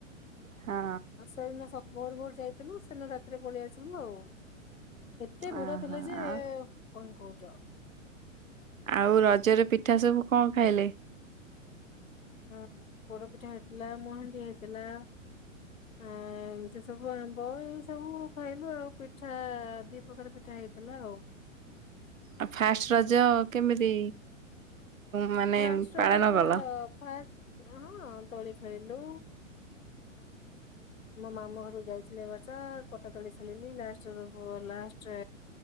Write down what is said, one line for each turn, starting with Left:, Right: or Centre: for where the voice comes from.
Right: ହଁ।
Left: ଆଉ ସେଦିନ ଭୋର ଭୋର ଯାଇଥିଲୁ ସେଦିନ ରାତିରେ ପଳେଇ ଆସିଲୁ ଆଉ। ଏତେ ଭିଡ
Right: ଓହୋ
Left: ଥିଲେ ଯେ
Right: ଆଉ
Left: କଣ କହୁଛ।
Right: ଆଉ ରଜରେ ପିଠା ସବୁ କଣ ଖାଇଲେ?
Left: ହଁ ପୋଡପିଠା ହେଇଥିଲା ମହାଣ୍ଡି ହେଇଥିଲା। ଆ ସେ ସବୁ ଆମ୍ବ ଏଇ ସବୁ ଖାଇଲୁ ଆଉ ପିଠା ଦି ପ୍ରକାର ପିଠା ହେଇଥିଲା ଆଉ।
Right: ଆଉ ଫାଷ୍ଟ ରଜ କେମିତି ମାନେ
Left: ଫାଷ୍ଟ ରଜଟା
Right: ପାଳନ କଲ?
Left: ଫାଷ୍ଟ ହଁ ତଳି ଖୋଇଲୁ। ମୋ ମାମୁ ଘରକୁ ଯାଇଥିଲେ ବର୍ଷା ପଟା ତଳି ସାରିଲି ଲାଷ୍ଟ ଲାଷ୍ଟ